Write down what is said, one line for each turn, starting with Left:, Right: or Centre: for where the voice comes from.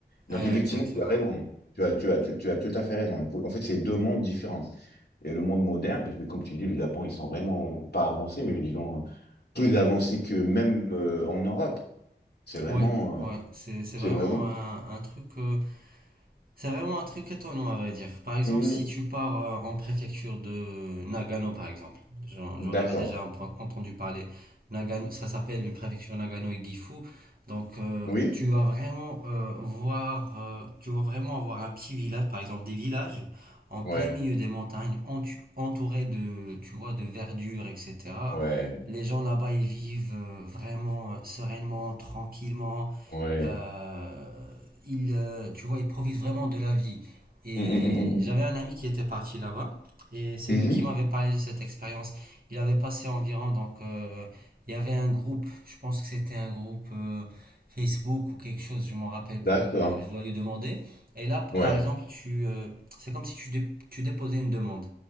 Left: Donc,
Right: Euh,
Left: effectivement,
Right: exactement.
Left: tu as raison. Tu as, tu as, tu, tu as tout à fait raison. En fait, c'est deux mondes différents. Et le monde moderne, parce que, comme tu dis, le Japon, ils sont vraiment pas avancés, mais disons, plus avancés que même euh, en Europe. C'est vraiment...
Right: Ouais. Ouais.
Left: euh,
Right: C'est, c'est
Left: c'est
Right: vraiment
Left: vraiment...
Right: un, un truc. euh, C'est vraiment un truc étonnant à vrai dire. Par exemple,
Left: Mhm.
Right: si tu pars euh, en préfecture de Nagano, par exemple, j'en
Left: D'accord.
Right: j'en avais déjà un peu entendu parler. Nagano, ça s'appelle une préfecture Nagano et Gifu. Donc, euh,
Left: Oui?
Right: tu vas vraiment euh, voir, euh, tu vas vraiment avoir un petit village, par exemple des villages en plein
Left: Ouais,
Right: milieu des montagnes, entu- entourés de, tu vois, de verdure, etc.
Left: ouais,
Right: Les gens là-bas, ils vivent euh, vraiment euh, sereinement, tranquillement.
Left: ouais.
Right: Euh, il, euh, tu vois, il profite vraiment de la vie. Et
Left: Mm, mm, mm,
Right: j'avais un ami qui était parti là-bas, et c'est
Left: mm,
Right: lui
Left: mm. Mhm.
Right: qui m'avait parlé de cette expérience. Il avait passé environ, donc, euh, il y avait un groupe, je pense que c'était un groupe euh, Facebook ou quelque chose, je m'en rappelle plus,
Left: D'accord.
Right: euh, je dois lui demander. Et là, p-
Left: Ouais,
Right: par exemple, tu, euh, c'est comme si tu, dé- tu déposais une demande.